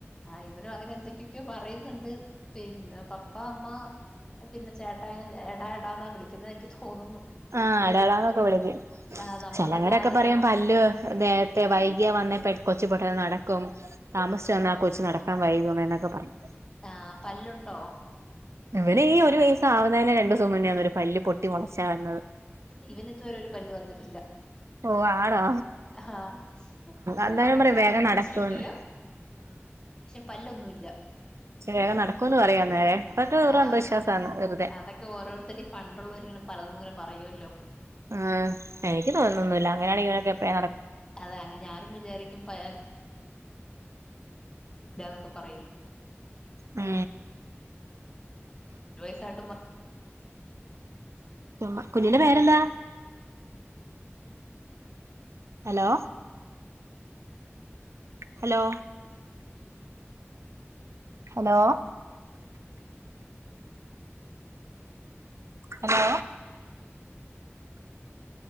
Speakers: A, on the left; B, on the right.
A: ആഹ് ഇവനും അങ്ങനെ എന്തൊക്കെക്കെയോ പറയ്ന്ന്ണ്ട് പിന്നെ പപ്പാ, അമ്മ പിന്നെ ചേട്ടായിനെ എടാ എടാന്നാ വിളിക്ക്‌ന്നത് എനിക്ക് തോന്നുന്നു.
B: ആഹ് അട അടാന്നൊക്കെ വിളക്കും
A: ആഹ് നമ്മള്
B: ചെലര്ടെക്കെ
A: ഇടാതെ
B: പറയും പല്ല് നേരത്തെ വൈകിയാ വന്നേ കൊച്ച് പെട്ട നട ക്കും. താമസിച്ചു വന്നാൽ കൊച്ച് നടക്കാം വൈകും. എന്നൊക്കെ പറയും.
A: ആഹ് പല്ലുണ്ടോ
B: ഇവന് ഈ ഒരു വയസ്സാവുന്നേന് രണ്ടൂസം മുന്നേണ് ഒരു പല്ല് പൊട്ടി മുളച്ച വന്നത്.
A: ഇവന് ഇത്വരെ ഒരു പല്ല് വന്നിട്ടില്ല.
B: ഓ ആണോ
A: ആഹ്
B: അന്നേരം
A: മോണക്ക്
B: പറയും
A: നല്ല
B: വേഗം
A: മൂർച്ചയുണ്ട്.
B: നടക്കൂന്ന്
A: പക്ഷെ പല്ലൊന്നുല്ല.
B: ശേ വേഗം നടക്കൂന്ന് പറയും അന്നേരം. അതൊക്കെ വെറും
A: ആഹ്
B: അന്ധവിശ്വാസാണ് വെറുതെ
A: അതൊക്കെ ഓരോര്ത്തര് പണ്ടുള്ളോരിങ്ങനെ പലതു ഇങ്ങനെ പറയോല്ലോ.
B: ആഹ് എനിക്ക് തോന്നുന്നോന്നുല്ല അങ്ങനെയണെങ്കി ഇവനൊക്കെ എപ്പളേ
A: അതെ അങ്ങ ഞാനും വിചാരിക്കും പ ഇല്ലാന്നൊക്കെ പറയില്ല
B: മ്
A: ഒരു വയസ്സായ്ട്ടും
B: സുമ കുഞ്ഞിന്റെ പേരെന്താ? Hello hello hello hello